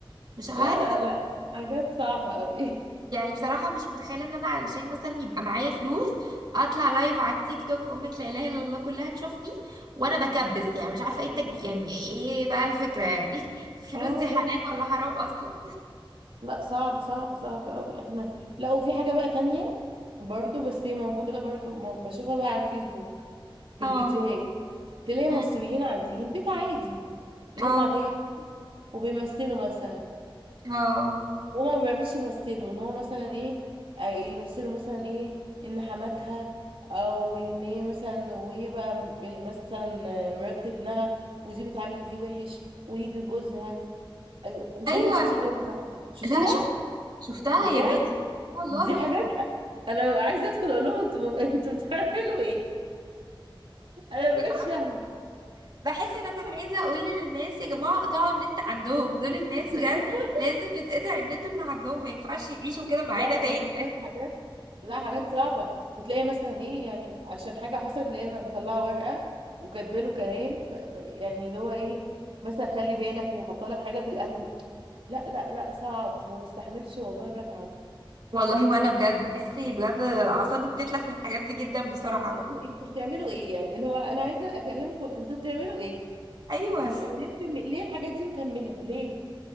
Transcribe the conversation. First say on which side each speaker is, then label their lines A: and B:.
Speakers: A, on the right; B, on the right.
A: مش عارفه
B: لا لا لا حاجات صعبه قوي
A: يعني بصراحة مش متخيلة ان انا علشان مثلا يبقى معايا فلوس اطلع لايف على التيك توك امة لا اله الا الله كلها تشوفني وانا بكبس يعني مش عارفة ايه التكبير يعني ايه بقى الفكرة يعني <laughs> الفلوس
B: اه
A: دي حلال
B: لا لا
A: ولا حرام اصلا
B: لا صعب صعب صعب قوي احنا لا وفي حاجه بقى تانية برضو بس هي موجوده برضو مو- بشوفها بقى على الفيسبوك في
A: اه
B: الفيديوهات تلاقي مصريين
A: أمم،
B: عاديين بيت عادي ناس
A: اه
B: عاديه خالص، وبيمثلوا مثلا
A: اه
B: وهما ما بيعرفوش يمثلوا ان هو مثلا ايه آه، يمثلوا مثلا ايه ان حماتها او ان هي مثلا وهي بقى ب- مثلا آه، مرات ابنها ودي بتعامل دي وحش ويجي جوزها أيوة، مش
A: ايوه
B: عارفه انت شفتي الحاجات دي ولا لأ. شفتيها
A: لا شف- شفتها
B: بجد
A: يا بنت والله
B: دي حاجات انا عايزه ادخل اقول لهم انتوا انتوا بتعملوا ايه انا مبقاش
A: يا جماعة
B: فاهمه
A: بحس ان انا عايزة اقول للناس يا جماعة اقطعوا النت عندهم دول الناس
B: <laughs>
A: بجد لازم يتقطع النت من عندهم ما ينفعش يعيشوا كده معانا
B: لا
A: تاني
B: والله حاجات لا حاجات صعبة وتلاقي مثلا ايه يعني عشان حاجة حصلت تلاقيه مطلعة ورقة وكاتبه له كلام ف... ف... يعني اللي هو ايه مثلا خلي بالك وحاطه لك حاجة في الأكل لا لا لا صعب ما بستحملش والله بتعب
A: والله وانا بجد بتحسي بجد اعصابي بتتلف من الحاجات دي جدا بسرعه
B: اه انتوا انتوا بتعملوا ايه يعني اللي هو انا عايزة اكلمكم انتوا بتعملوا ايه
A: ايوه
B: و... وليه مكمل... ليه الحاجات دي مكملة ليه